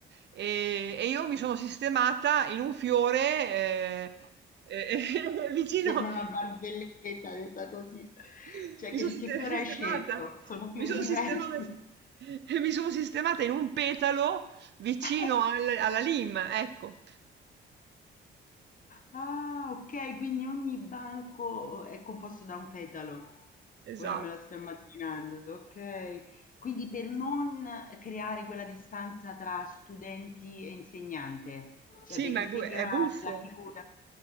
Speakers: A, on the right; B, on the left.
A: e, e io mi sono sistemata in un fiore, eh, eh, <laughs> vicino,
B: Sembra una barzelletta detta così.
A: mi
B: Cioè che
A: sono siste-
B: che fiore
A: sistemata,
B: hai scelto? Sono fiori
A: mi sono
B: diversi.
A: sistemata, <laughs> mi sono sistemata in un petalo vicino
B: <laughs>
A: al- alla lima, ecco,
B: Ah, ok, quindi ogni banco è composto da un petalo.
A: esatto.
B: Ora me lo sto immaginando, ok. Quindi per non creare quella distanza tra studenti e insegnante, cioè
A: Sì,
B: per
A: ma
B: integrare
A: è, bu- è buffo,
B: la figura,